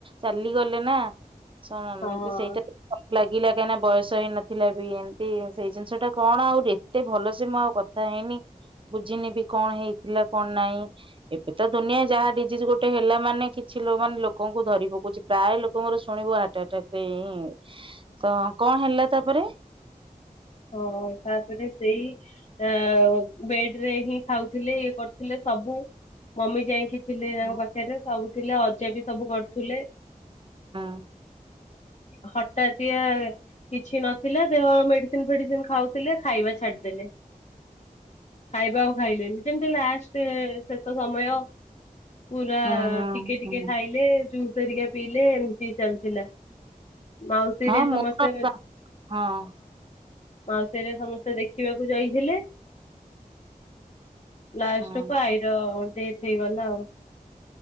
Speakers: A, on the right (about 35°); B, on the left (about 45°).
A: ଚାଲିଗଲେ ନା। ଶୁଣ ଏମିତି
B: ହଁ
A: ସେଇଥିରେ ମତେ ମଲାଗିଲା କାହିଁକିନା ବୟସ ହେଇ ନଥିଲା ବି ଏମିତି ସେଇ ଜିନିଷ ଟା କଣ ଆଉ ଯେ ଏତେ ଭଲସେ ମୁଁ ଆଉ କଥା ହେଇନି। ବୁଝିନି ବି କଣ ହେଇଥିଲା କଣ ନାଇଁ ଏବେ ତ ଦୁନିଆ ଯାହା ଡିଜିଜ ଗୋଟେ ହେଲା ମାନେ କିଛି ଲ ମାନେ ଲୋକଙ୍କୁ ଧରି ପକଉଛି। ପ୍ରାୟ ଲୋକଙ୍କର ଶୁଣିବୁ ହାର୍ଟ ଆଟାକରେ <unintelligible> ତ କଣ ହେଲା ତାପରେ?
B: ହଁ ତାପରେ ସେଇ ଆ ବେଡ ରେ ହିଁ ଖାଉଥିଲେ ଇଏ କରୁଥିଲେ ସବୁ ମମି ଯାଇକି ଥିଲେ ତାଙ୍କ
A: ହଁ
B: ପାଖରେ ସବୁ ଥିଲେ ଅଜା ବି ସବୁ କରୁଥିଲେ।
A: ହଁ।
B: ହଠାତିଆ କିଛି ନଥିଲା ଦେହ ମେଡି <unintelligible> ଖାଉଥିଲେ ଖାଇବା ଛାଡିଦେଲେ ଖାଇବା ଆଉ ଖାଇଲେନି ଯେମିତି ଲାଷ୍ଟ ଶେଷ ସମୟ ପୁରା
A: ହୁଁ ହୁଁ
B: ଟିକେ ଟିକେ ଖାଇଲେ ଜୁସ ହରିକା ପିଇଲେ ଏମିତି ଚାଲିଥିଲା। ମାଉସୀ ହରିଆ
A: ହଁ ମୁଁ
B: ସମସ୍ତେ ହଁ।
A: ହଁ
B: ମାଉସୀରେ ସମସ୍ତେ ଦେଖିବାକୁ ଯାଇଥିଲେ। ଲାଷ୍ଟକୁ
A: ହଁ
B: ଆଇର ଡେଥ ହେଇଗଲା ଆଉ।